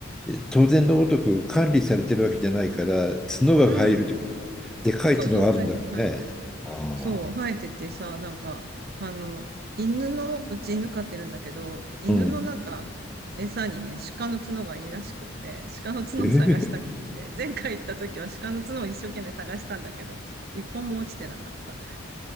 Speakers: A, in the centre; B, on the right.
A: え当然のごとく管理されてるわけじゃないから角が入るときはでかい角があるんだろうね。
B: うん。そうそう、生えてる、生えてる。
A: ああ。
B: そう、生えててさ、なんか、あの、犬の、うち犬飼ってるんだけど、犬の中、
A: うん。
B: 餌にね、鹿の角がいいらしくって、鹿の角を探したくって、
A: えへへ
B: 前回行った時は鹿の角を一生懸命探したんだけど、一本も落ちてなかった。